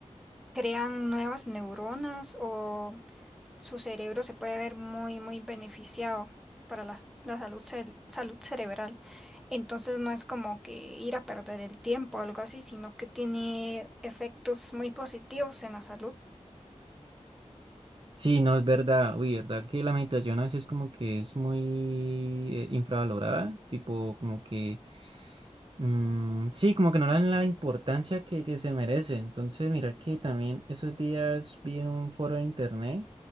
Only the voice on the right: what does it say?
Sí, no es verdad. Uy, verdad que la meditación a veces como que es muy eh, infravalorada. Tipo, como que mm, sí, como que no le dan la importancia que, que se merece. Entonces, mira que también esos días vi en un foro de internet